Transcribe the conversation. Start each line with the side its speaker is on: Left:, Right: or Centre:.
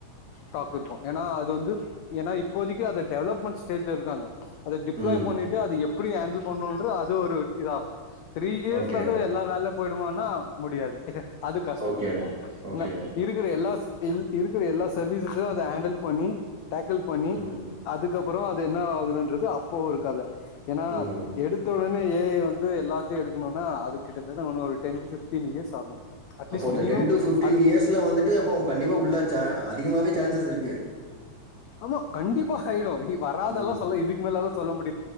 Left: டாக் இருக்கும் ஏன்னா அது வந்து ஏன்னா இப்போதைக்கு அது டெவலப்மெண்ட் ஸ்டேஜ்ல இருக்காங்க அத டிப்ளாய்
Right: ம்,
Left: பண்ணிட்டு அது எப்டி ஹேண்டில் பண்ணும்ன்ற அது ஒரு இதா த்ரீ இயர்ஸ்ல
Right: ஓகே,
Left: வந்து எல்லா வேல போயிடுமானா முடியாது அது கஷ்டம்
Right: ஓகே, ஓகே,
Left: என்ன இருக்கிற எல்லாஸ் இன் இருக்குற எல்லா சர்வீசஸ்ஸையும் அத ஹேண்டில் பண்ணி டாக்கில் பண்ணி
Right: ம்,
Left: அதுக்கப் புறோ அது என்ன ஆகுதுன்றது அப்ப ஒரு கத ஏன்னா
Right: ம்.
Left: எடுத்தோன்னே ஏ ஐ வந்து எல்லாத்தையு எடுக்கணும்னா அது கிட்டத்தட்ட இன்ன ஒரு டென் டு ஃபிப்டீன் இயர்ஸ் ஆகும் அட்லீஸ்ட்
Right: அப்போ அந்த
Left: மினிமம்
Right: டென் டு ஃபிப்டீன்
Left: அது
Right: இயர்ஸ்ல வந்துட்டு அப்போ கண்டிப்பா உள்ள அதிகமாவே சான்சஸ் இருக்கு
Left: ஆமா கண்டிப்பா ஆய்டும் வராதெல்லாம்
Right: ம்.
Left: சொல்ல இதுக்கு மேல எல்லா சொல்ல மு